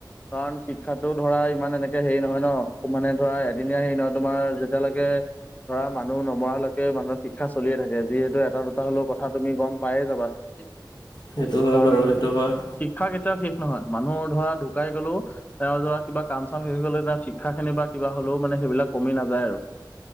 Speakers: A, on the left (about 20°); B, on the left (about 65°).
A: কাৰণ শিক্ষাতো ধৰা ইমান এনেকে হেৰি নহয় ন, মানে ধৰা এদিনীয়া হেৰি নহয় তোমাৰ যেতিয়ালৈকে তাত <unintelligible> ধৰা মানুহ নমৰালৈকে মানুহৰ শিক্ষা চলিয়ে থাকে যিহেতু এটা দুটা হলেও কথা তুমি গম পায়ে যাবা। কাৰণ
B: সেইটো হয় বাৰু সেইটো হয়।
A: শিক্ষা কেতিয়াও শেষ নহয়। মানুহৰ ধৰা ঢুকাই গ'লেও তেওঁৰ ধৰা কিবা কাম চাম শেষ গলে তেওঁৰ শিক্ষা খিনি বা কিবা হলেও মানে সেইবিলাক কমি নাযায় আৰু।